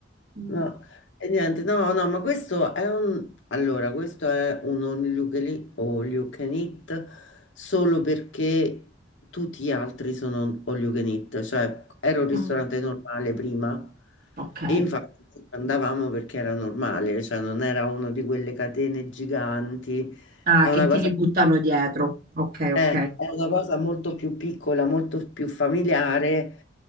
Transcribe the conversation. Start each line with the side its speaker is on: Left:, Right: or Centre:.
Right: Mm,
Left: No, e niente, no, no, ma questo è un... Allora, questo è un all you can eat, all you can eat solo perché tutti gli altri sono all you can eat, cioè era un ristorante
Right: mm,
Left: normale prima
Right: ok.
Left: e infatti ci andavamo perché era normale, cioè non era uno di quelle catene giganti,
Right: Ah,
Left: è
Right: che
Left: una
Right: te
Left: cosa...
Right: li buttano dietro. Ok,
Left: Eh,
Right: ok.
Left: è una cosa molto più piccola, molto più familiare,